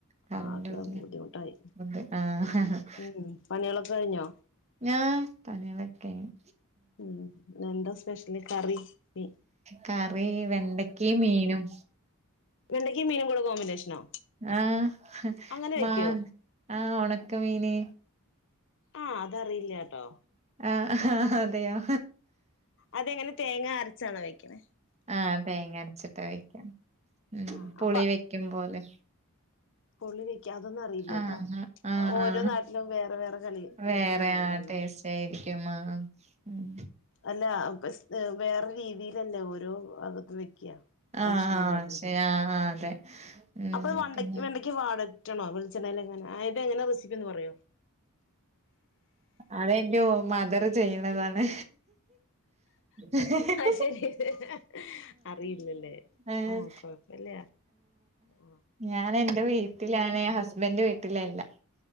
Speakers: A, on the right; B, on the left.
A: കറണ്ട്
B: ആക ബുദ്ധിമുട്ടായി
A: പോയില്ലേ ആഹ്
B: ഉം പണിയളൊക്ക കയ്ഞ്ഞോ
A: ഞാ പണ്യളൊക്ക്‌ ക്കയ്ഞ്ഞ്
B: ഉം എന്താ സ്പെഷ്ല് കറി മീ
A: കറി വെണ്ടക്കെ മീനും
B: വെണ്ടക്കെ മീനും കൂടെ കോമ്പിനേഷനോ
A: ആഹ്
B: അങ്ങനെ
A: മാ
B: വെക്കുവോ
A: ആഹ് ഒണക്ക മീന്
B: ആഹ് അതറിയില്ല ട്ടോ
A: ആ ആഹ് അതെയോ
B: അതെങ്ങനെ തേങ്ങ അരച്ചാണോ വെക്ക്‌ണേ
A: ആ തേങ്ങ അര്ച്ചിട്ടാ വെക്കാ ഉം
B: ആഹ്
A: പുളി
B: അപ്പ
A: വെക്കും പോലെ
B: പുളി വെക്ക അതൊന്നും അറിയില്ലട്ടാ
A: ആ അ ആഹ്
B: ഓരോ
A: ആ
B: നാട്ടിലും വേറെ വേറെ കളി
A: വേറെ
B: കറികളല്ലേ
A: ആ ടേസ്റ്റ് ഏര്ക്കും ആഹ് ഉം
B: അല്ല അ പശ് വേറെ രീതിയിലല്ലേ ഓരോ വെക്ക ഭക്ഷണം
A: ആഹ് ആഹ്
B: ണ്ടാക്ക്‌ണ
A: ശരി ആഹ് ആഹ് അതെ ഉം
B: അപ്പൊ ഇ വെണ്ട
A: പിന്നെ
B: വെണ്ട ക്ക്യ വാടറ്റണോ വെൾച്ചെണേൽ എങ്ങന ആയ്ത് എങ്ങന റെസിപ്പി ഒന്ന് പറയോ
A: അതെ ന്റു മദറ് ചെയ്യ്ണതാണ് <unintelligible>
B: ചെയ്ത് അറിയില്ലല്ലേ
A: ഏഹ്
B: ആഹ് കൊഴപ്പല്ല ആ
A: ഞാന് എന്റെ വീട്ടിലാണ് ഹസ്ബൻഡ് വീട്ടിലല്ല